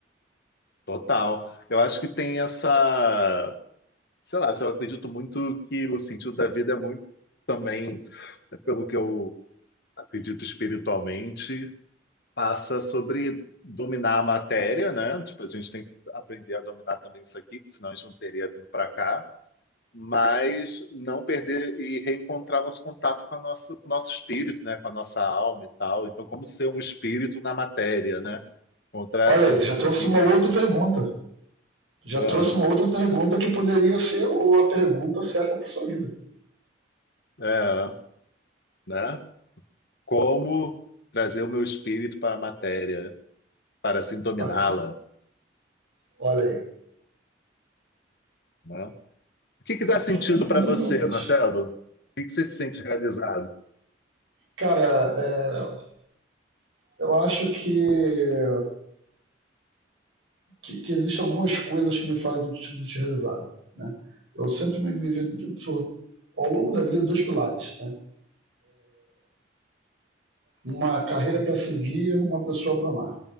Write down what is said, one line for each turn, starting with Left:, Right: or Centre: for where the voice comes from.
Left: Total. Eu acho que tem essa sei lá, eu acredito muito que o sentido da vida é muito também, né, pelo que eu acredito espiritualmente, passa sobre dominar a matéria, né? Tipo, a gente tem que aprender a dominar também isso aqui, senão a gente não teria vindo para cá. Mas não perder e reencontrar nosso contato com, a nossa, com o nosso espírito, né? Com a nossa alma e tal. Então, como ser um espírito na matéria, né? Contra,
Right: Olha
Left: tem-
Right: aí, tu já trouxe
Left: e
Right: uma
Left: aí,
Right: outra pergunta. Tu Já
Left: ah,
Right: trouxe uma outra pergunta que poderia ser o- a pergunta certa para sua vida.
Left: é, né? Como trazer o meu espírito para a matéria, para assim dominá-la,
Right: Olha, olha aí.
Left: né? O que que dá sentido
Right: Vamos
Left: para
Right: vamos
Left: você,
Right: para frente.
Left: Marcelo? O que que você se sente realizado?
Right: Cara, é, eu acho que, que, que existem algumas coisas que me fazem te, te realizar, né? Eu sempre me vivi do- por- ao longo da vida dois pilares, né? Uma carreira para seguir, uma pessoa para amar.